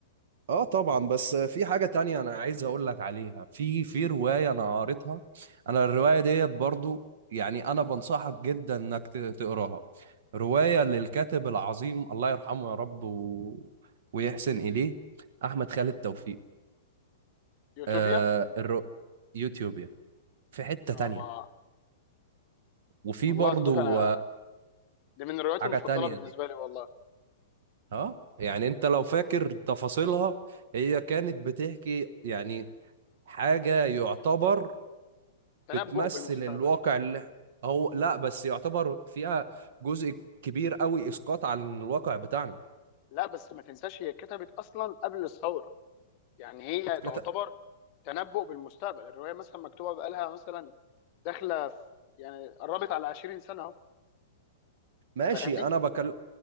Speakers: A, on the right (about 50°); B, on the left (about 35°).
A: اه طبعا بس في حاجة تانية انا عايز اقول لك عليها في في رواية انا قريتها انا الرواية ديت برضو يعني انا بنصحك جدا انك ت- تقراها رواية للكاتب العظيم الله يرحمه يا رب و... ويحسن اليه احمد خالد توفيق
B: يوتوبيا
A: آه الر... يوتيوب يعني. في حتة
B: اه
A: تانية وفي
B: والله
A: برضو
B: يا صديقي انا
A: آه،
B: دي من الروايات
A: حاجة
B: المفضله
A: تانية
B: بالنسبه
A: دي
B: لي والله
A: اه يعني انت لو فاكر تفاصيلها هي كانت بتحكي يعني حاجة يعتبر
B: تنبؤ
A: بتمثل
B: بالمستقبل
A: الواقع اللي هو لا بس يعتبر فيها جزء كبير قوي اسقاط على الواقع بتاعنا
B: لا بس ما تنساش هي اتكتبت اصلا قبل الثوره يعني هي
A: اتكت-
B: تعتبر تنبؤ بالمستقبل الروايه مثلا مكتوبه بقالها مثلا داخله في يعني قربت على 20 سنه اهو
A: ماشي
B: فاهمني
A: انا بكلم